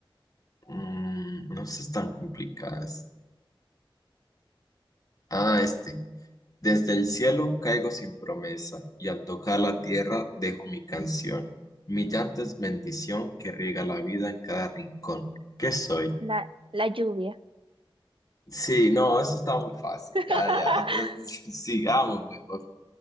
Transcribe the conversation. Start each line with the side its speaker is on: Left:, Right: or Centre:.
Left: Mm, no son tan complicadas. Ah, este. Desde el cielo caigo sin promesa y al tocar la tierra dejo mi canción. Mi llanto es bendición que riega la vida en cada rincón. ¿Qué soy?
Right: La, la lluvia.
Left: Sí, no, eso está muy fácil.
Right: <laughs>
Left: Ya, ya. Entonces, <laughs> sigamos mejor.